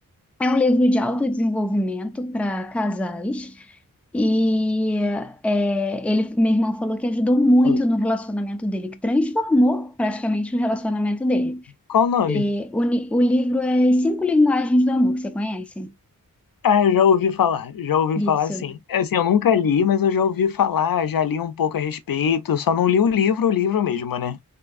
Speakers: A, in the centre; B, on the left.
A: é um livro de autodesenvolvimento para casais. E é, ele, meu irmão falou que ajudou muito
B: ah,
A: no relacionamento dele, que transformou praticamente o relacionamento dele.
B: qual o nome?
A: E o, ni- o livro é As Cinco Linguagens do Amor, você conhece?
B: Ah, eu já ouvi falar, já ouvi
A: Isso.
B: falar sim. É, Assim, eu nunca li, mas eu já ouvi falar, já li um pouco a respeito, só não li o livro, o livro mesmo, né?